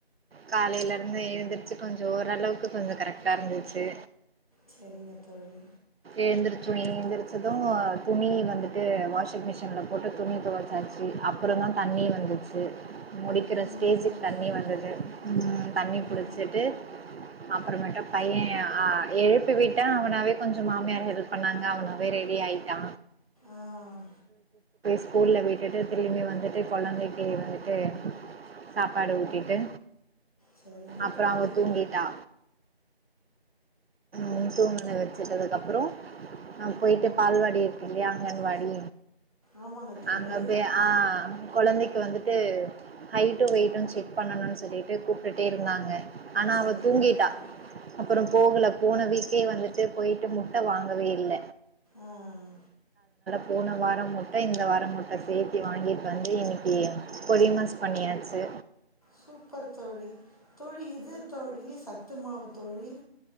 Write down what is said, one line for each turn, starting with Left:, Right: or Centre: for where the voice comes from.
Right: காலேல இருந்து ஏழ்ந்துருச்சு கொஞ்சோ ஓரளவுக்கு கொஞ்ச கரெக்டா இருந்துச்சு
Left: செரிங்கத் தோழி
Right: ஏந்திரிச்சோ ஏந்திரிச்சது துணி வந்துட்டு வாஷிங் மிஷின்ல போட்டு துணி தொவச்சாச்சு அப்பறந்தா தண்ணி வந்துச்சு முடிக்கிற
Left: ம்,
Right: ஸ்டேஜிக்
Left: நல்ல விஷயம்
Right: தண்ணி வந்தது
Left: தோழி
Right: உம் தண்ணி
Left: ஆ
Right: புடிச்சிட்டு அப்பறமேட்டு பையே ஆஹ் எழுப்பி விட்டா அவனாவே கொஞ்ச் ச மாமியாரு ஹெல்ப் பண்ணாங்க அவனாவே ரெடி ஆயிட்டா
Left: ஆஹ்
Right: ஸ்கூல விட்டுட்டு திரும்பி வந்துட்டு கொழந்தக்கி வந்துட்டு சாப்பாடு ஊட்டிட்டு
Left: செரிங்க
Right: அப்றோ
Left: தோழி
Right: அவ
Left: உம்
Right: தூங்கிட்டா உம் தூங்குனத வச்சிட்டதுக்கப்றோ நா போய்ட்டு பால்வாடி இருக்கு இல்லயா அங்கன்வாடி
Left: ஆமாங்க தோழி
Right: அங்கப்போய் ஆஹ் கொழந்தைக் கு வந்துட்டு ஹைட்டு வெயிட்டு செக் பண்ணணுன் சொல்லிட்டு கூப்டுட்டே இருந்தாங்க ஆனா
Left: சரிங்க
Right: அவ தூங்கிட்டா
Left: தோழி
Right: அப்பற போகல ஸ்க்கே வந்துட்டு போயிட்டு முட்ட வாங்கவே இல்ல
Left: ஆஹ்
Right: போன வாரம் முட்ட இந்த வாரம் முட்ட சேத்தி வாங்கிட்டு வந்து இன்னக்கி பொடிமாஸ் பண்ணியாச்சு
Left: சூப்பர் தோழி தோழி இது தோழி சத்து மாவு தோழி